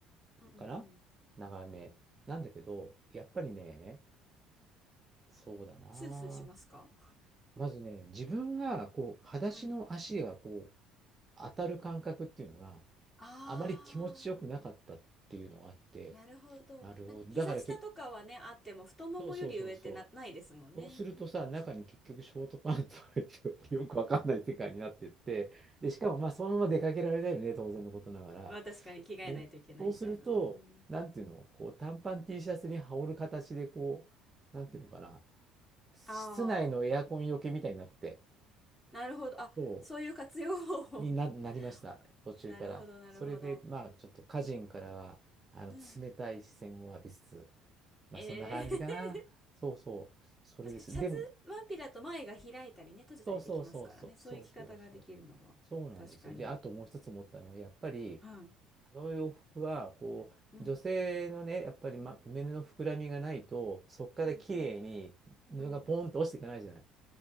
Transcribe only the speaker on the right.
かな長め。
なんだけど、やっぱりね、
そうだな。
まずね、自分がこう、裸足の足がこう、
当たる感覚っていうのが
あまり気持ちよくなかったっていうのがあって、
なるほど。
だからけ、
そうそうそうそう。
そうするとさ、中に結局ショートパンツ入っててよくわかんない世界になってって、
で、しかもまあそのまま出かけられないよね、当然のことながら。
ね、そうすると、
なんていうの、こう短パン T シャツに羽織る形でこう、なんていうのかな、室内のエアコンよけみたいになってて、
そ
うにな、なりました、
途中から。
それで、まあちょっと家人からはあの冷たい視線を浴びつつ、
まあそんな感じかな。
そうそう、それです。
で、
そうそうそうそうそうそうそう
そうなんですよ。
で、あともう一つ思ったのはやっぱり
あの洋服はこう女性のねやっぱり、
ま、胸の膨らみがないとそこから綺麗に布がポンと落ちていかないじゃない。